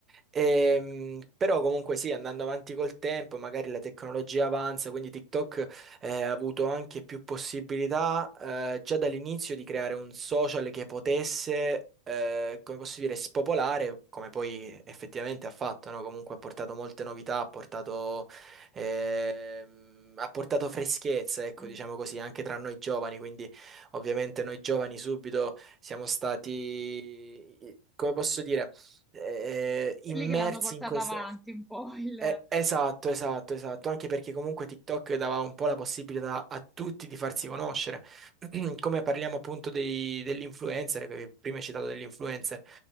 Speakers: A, on the right (about 25°); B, in the centre.
A: Ehm, però comunque sì, andando avanti col tempo, magari la tecnologia avanza, quindi TikTok eh, avuto anche più possibilità eh, già dall'inizio di creare un social che potesse, eh, come posso dire, spopolare, come poi effettivamente ha fatto, no? Comunque ha portato molte novità, ha portato, ehm, ha portato freschezza, ecco,
B: mm,
A: diciamo così, anche tra noi giovani, quindi ovviamente noi giovani subito siamo stati, come posso dire, eh,
B: quelli
A: immersi
B: che l'hanno portato
A: in questo.
B: avanti un po' il,
A: Eh, esatto, esatto, esatto, anche perché comunque TikTok dava un po' la possibilità a tutti di farsi conoscere, <clears throat> come parliamo appunto dei- degli influencer, che prima hai citato degli influencer,